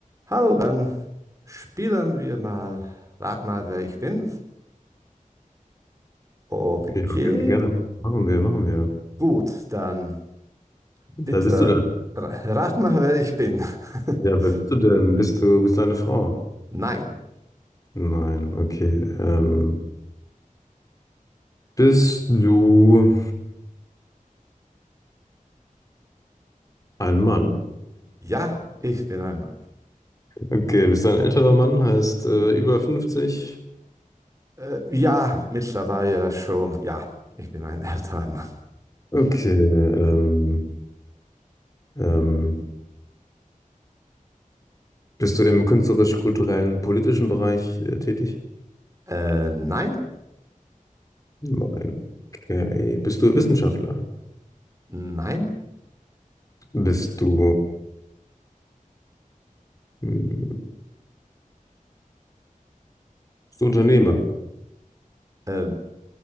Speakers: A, on the right; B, on the left.
A: Hallo Ben, spielen wir mal. Rat mal, wer ich bin. Okay,
B: Ja, gerne, gerne. Machen wir, machen wir.
A: gut, dann
B: Wer
A: bitte
B: bist du denn?
A: ra- rat mal, wer ich bin. <laughs>
B: Ja, wer bist du denn? Bist du, bist du eine Frau?
A: Nein,
B: Nein, okay. Ähm, bist du ein Mann?
A: ja, ich bin ein Mann.
B: Okay, bist du ein älterer Mann? Heißt äh, über 50?
A: Äh, ja, mittlerweile schon, ja, ich bin ein älterer Mann.
B: Okay, ähm, ähm, bist du im künstlerisch-kulturellen, politischen Bereich äh, tätig?
A: Äh, nein,
B: Nein, okay. Bist du Wissenschaftler?
A: nein,
B: Bist du, hm, bist du Unternehmer?
A: äh,